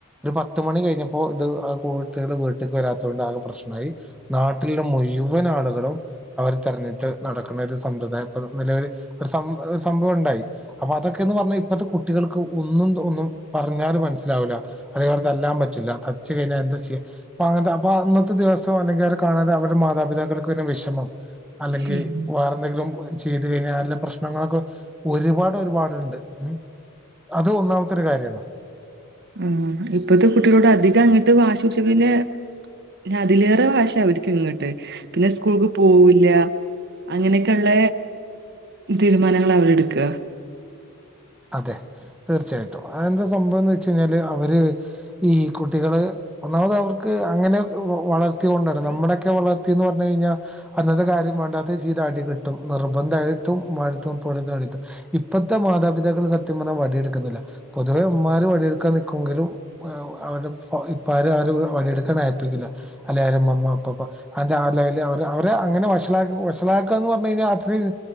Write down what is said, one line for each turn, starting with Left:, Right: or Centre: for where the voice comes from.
Centre: ഒരു പത്ത് മണി കഴിഞ്ഞപ്പോ ഇത് ആ കു കുട്ടികള് വീട്ടേക്ക് വരാതോണ്ട് ആകെ പ്രശ്നആയി നാട്ടിലുള്ള മൊഴി യുവൻ ആളുകളും അവർ തെരഞ്ഞിട്ട് നടക്കണ ഒരുസ സമ്പ്രദായം ഇപ്പ നിലവില് ഒര് സ സംഭവം ഉണ്ടായി അപ്പൊ അതൊക്കെന്ന് പറഞ്ഞാൽ ഇപ്പോഴത്തെ കുട്ടികൾക്ക് ഒന്നും തോന്നും പറഞ്ഞാലും മനസ്സിലാവില്ല അതല്ലേ അവരെ തല്ലാൻ പറ്റില്ല തച്ച് കഴിഞ്ഞാൽ എന്താ ചെയ്യ അങ്ങനെ അപ്പ അന്നത്തെ ദിവസം അല്ലെങ്കിൽ അവരെകാണാതെ അവരുടെമാതാപിതാക്കൾക്ക് പിന്നെ വിഷമം അല്ലെങ്കിൽ
Right: ഉം
Centre: വ എന്തെങ്കിലും ചെയ്ത് കഴിഞ്ഞാഅരില് പ്രശ്നങ്ങളൊക്കെ ഒരുപാട് ഒരുപാടുണ്ട് ഉഹ് അത് ഒന്നാമത്തൊരു കാര്യമാണ്
Right: മ്മ് ഇപ്പത്തെ കുട്ടികളോട് അധികം അങ്ങിട്ട് വാശിഷേക്കില്ല് പിന്നെ അതിലേറെ വാശിയ അവരിക്ക് ഇങ്ങട്ട് പിന്നെ സ്കൂൾക്ക് പോവില്ല അങ്ങനെയൊക്കെയുള്ള തീരുമാനങ്ങൾ അവരെ എടുക്ക
Centre: അതെ തീർച്ചയായി ട്ടും അത് എന്താ സംഭവം എന്ന് വെച്ച് കഴിഞ്ഞാല് അവര് ഈ കുട്ടികള് ഒന്നാമത് അവർക്ക് അങ്ങനെ വളർത്തി കൊണ്ടാണ് നമ്മുടെയൊക്കെ വളർത്തിന്ന് പറഞ്ഞ്കഴിഞ്ഞാ അന്നത്തെ കാര്യം വേണ്ടാത്ത ചെയ്ത അടി കിട്ടും നിർബന്ധായിട്ടും ഉമ്മാൻ്റെട്ത്തും ഉപ്പാൻ്റെട്ത്തും അടി കിട്ടും. ഇപ്പത്തെ മാതാപിതാക്ക ക്കൾ സത്യം പറഞ്ഞ വടിയെടുക്കുന്നില്ല പൊതുവെ ഉമ്മാര് വടിയെടുക്കാൻ നിക്കുമെങ്കിലും അവ അവര്ടെ ഇപ്പാര് ര് അവരെ വടി എടുക്കാൻ അയ്പ്പിക്കില്ല അല്ലെ ആര് ഉമ്മുമ്മ ഉപ്പുപ്പാ അയ്‌ന്റെഅ ആ ലെവലി അവരെങ്ങനെ വഷള <unintelligible> വഷളാക്കാന്ന്പറഞ്ഞ് കഴിഞ്ഞാ അത്രിം